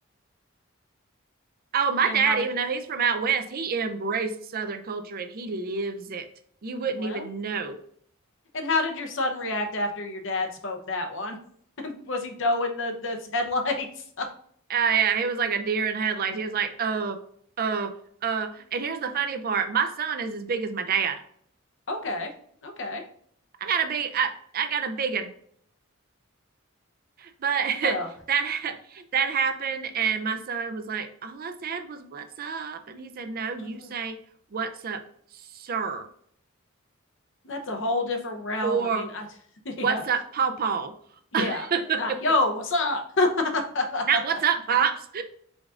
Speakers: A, on the right; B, on the left.
A: Oh, my
B: And
A: dad,
B: how did
A: even
B: you,
A: though he's from out west, he embraced Southern culture and he lives it. You wouldn't
B: well,
A: even know
B: and how did your son react after your dad spoke that one? <laughs> Was he doing the the headlights? <laughs>
A: Oh yeah, he was like a deer in headlights. He was like, oh, oh, oh. And here's the funny part: my son is as big as my dad.
B: Okay. Okay.
A: I got a big, I, I got a big one. But <laughs>
B: Well,
A: that that happened, and my son was like, all I said was "What's up," and he said, no, you
B: mhm.
A: say "What's up, sir,"
B: That's a whole different realm.
A: or
B: I mean, I <laughs> yeah.
A: "What's up, pawpaw." <laughs>
B: Yeah.
A: Not
B: Not yo, what's up? <laughs> Yeah.
A: "What's up, pops."